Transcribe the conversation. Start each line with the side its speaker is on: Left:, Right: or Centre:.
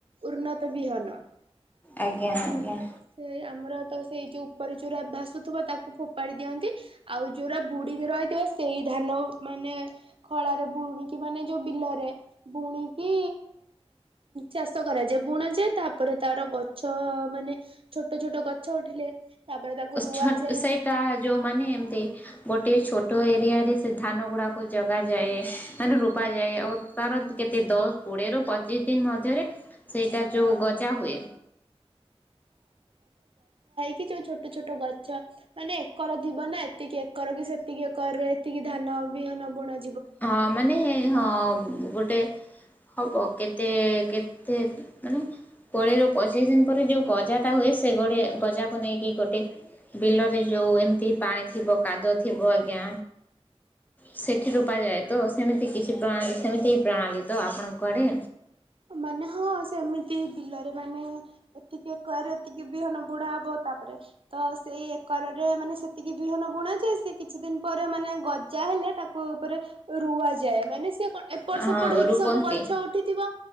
Right: ଉନ୍ନତ ବିହନ।
Left: ଆଜ୍ଞା ଆଜ୍ଞା।
Right: ସେଇ ଆମର ତ ସେଇ ଯୋଉ ଉପରେ ଯୋଉରା ଭାସୁଥିବ ତାକୁ ଫୋ ପାଡି ଦିଅନ୍ତି, ଆଉ ଯୋଉରା ବୁଡିକି ରହିଥାଏ ସେଇ ଧାନ ମାନେ ଖଳାରେ ବୁଣିକି ମାନେ ଯୋଉ ବିଲରେ ବୁଣିକି ଚାଷ କରାଯାଏ, ବୁଣାଯାଏ ତାପରେ ତାର ଗଛ ମାନେ ଛୋଟ ଛୋଟ ଗଛ ଉଠିଲେ ତାପରେ ତାକୁ ରୁଆଯାଏ।
Left: ଛ ସେଇଟା ଯୋଉମାନେ ଏମତି ଗୋଟେ ଛୋ ଟ ଏରିଆରେ ସେ ଧାନ ଗୁଡାକୁ ଜଗାଯାଏ, ମାନେ ରୋପା ଯାଏ, ଆଉ ତାର କେତେ ଦଶ କୋଡିଏରୁୁ ପଚିଶ ଦିନ ମଧ୍ୟରେ ସେଇଟା ଯୋଉ ଗଜା ହୁଏ।
Right: କି ଯୋଉ ଛୋଟ ଛୋଟ ଗଛ ମାନେ ଏକର ଥିବ ନା ଏତିକି ଏକର କି ସେତିକି ଏକରରେ ଏତିକି ଧାନ ବିହନ ବୁଣା
Left: ହଁ ମାନେ ହଁ ଗୋଟେ ହବ କେତେ କେତେ ମାନେ କୋଡ଼ିଏରୁ ପଚିଶ ଦିନ ପରେ ଯୋଉଁ ଗଜାଟା ହୁଏ, ସେ ଗଜାକୁ ନେଇକି ଗୋଟେ ବିଲରେ ଯୋଉ ଏମିତି ପାଣି ଥିବ କାଦୁଅ ଥିବ ଆଜ୍ଞା। ସେଠି ରୁପା ଯାଏ ତ, ସେମିତି କିଛି ପ୍ରଣାଳୀ, ସେମିତି ପ୍ରଣାଳୀ ତ ଆପଣଙ୍କ ଆଡେ?
Right: ମାନେ ହଁ ସେମିତି ବିଲରେ ମାନେ ଏତିକି ଏକରରେ ଏତିକି ବିହନ ବୁଣା ହବ। ତାପରେ ତ ସେଇ ଏକରରେ ମାନେ ସେତିକି ବିହନ ବୁଣା ଯାଏ ସେ କିଛି ଦିନ ପରେ ମାନେ ଗଜା ହେଲେ ତାକୁ ଉପରେ ରୁଆଯାଏ ମାନେ ସେ ଏପଟ
Left: ହଁ
Right: ସେପଟ ହେଇକି
Left: ରୂପନ୍ତି
Right: ସବୁ ଗଛ ଉଠିଥିବ।